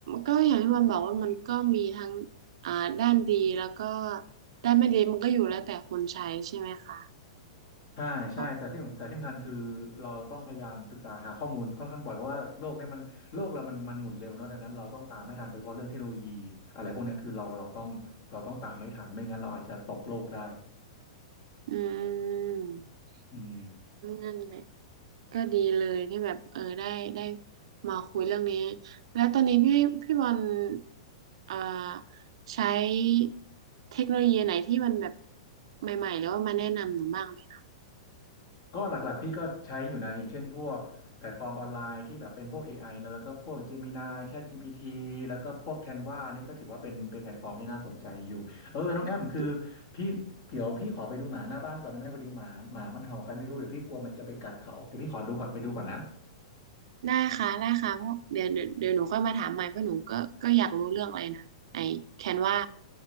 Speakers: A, on the right; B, on the left.
A: ก็อย่างที่มันบอกว่ามันก็มีทั้งอ่าด้านดีแล้วก็ด้านไม่ดีมันก็อยู่แล้วแต่คนใช้ใช่ไหมคะ
B: ใช่ใช่แต่ที่แต่ที่สำคัญคือเราต้องพยายามศึกษาหาข้อมูลค่อนข้างบ่อยเพราะว่าโลกเนี่ยมันโลกเรามันมันหมุนเร็วเนาะดังนั้นเราต้องตามไม่ทันโดยเฉพาะเรื่องเทคโนโลยีอะไรพวกเนี้ยคือเราเราต้องเราต้องตามไม่ทันไม่งั้นเราอาจจะตกโลกได้
A: ก็อืม
B: อืม
A: นั่นแหละก็ดีเลยที่แบบเออได้ได้มาคุยเรื่องนี้แล้วตอนนี้พี่พี่บอลอ่าใช้เทคโนโลยีไหนที่มันแบบใหม่ๆหรือว่ามาแนะนำหนูบ้างไหมคะ
B: ก็หลักๆพี่ก็ใช้อยู่นะอย่างเช่นพวกแพลตฟอร์มออนไลน์ที่แบบเป็นพวก AI แล้วแล้วก็พวก Gemini ChatGPT แล้วก็พวก Canva นี่ก็ถือว่าเป็นเป็นแพลตฟอร์มที่น่าสนใจอยู่เออน้องแอมคือ
A: อืม
B: พี่เดี๋ยวพี่ขอไปดูหมาหน้าบ้านก่อนได้ไหมพอดีหมาหมามันเห่าใครไม่รู้เดี๋ยวพี่กลัวมันจะไปกัดเขาเดี๋ยวพี่ขอดูก่อนไปดูก่อนนะ
A: ได้ค่ะได้ค่ะเพราะเดี๋ยวเดี๋ยวเดี๋ยวหนูค่อยมาถามใหม่เพราะหนูก็ก็อยากรู้เรื่องอะไรนะไอ้แคนวา